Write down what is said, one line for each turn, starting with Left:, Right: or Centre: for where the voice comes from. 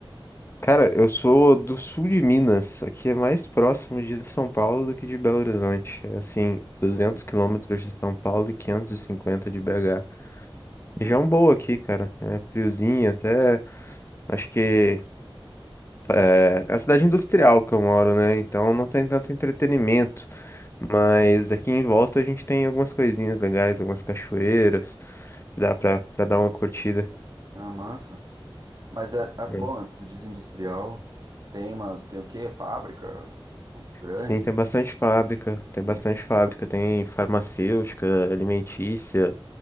Left: Cara, eu sou do sul de Minas. Aqui é mais próximo de São Paulo do que de Belo Horizonte. É assim, 200
Right: Hum,
Left: quilômetros de São Paulo e 550 de BH.
Right: ah,
Left: Região boa aqui, cara. É friozinho, até acho que é, é a cidade industrial que eu moro, né? Então não tem tanto entretenimento. Mas aqui em volta a gente tem algumas coisinhas legais, algumas cachoeiras que dá pra, pra dar uma curtida.
Right: ah, massa. Mas é, ah,
Left: né?
Right: bom, tu diz industrial, tem umas, tem o quê? Fábrica, tipo, grande
Left: Sim, tem
Right: aí?
Left: bastante fábrica, tem
Right: Hum.
Left: bastante fábrica, tem farmacêutica, alimentícia,